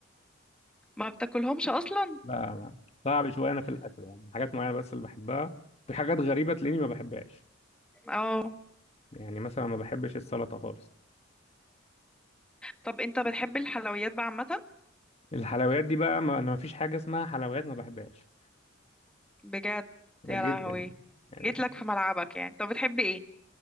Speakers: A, in the centre; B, on the left.
A: ما بتاكلهمش اصلا
B: <laughs> لا ما- صعب شويه انا في الاكل يعني حاجات معينه بس اللي بحبها في حاجات غريبه تلاقيني ما بحبهاش
A: اه
B: يعني مثلا ما بحبش السلطة خالص
A: طب انت بتحب الحلويات بقى عامه
B: الحلويات دي بقى ما انا ما فيش حاجة اسمها حلويات ما بحبهاش
A: بجد
B: جدا
A: يا لهوي
B: يعني يعني
A: جيت
B: مفيش-
A: لك في ملعبك يعني طب بتحبي ايه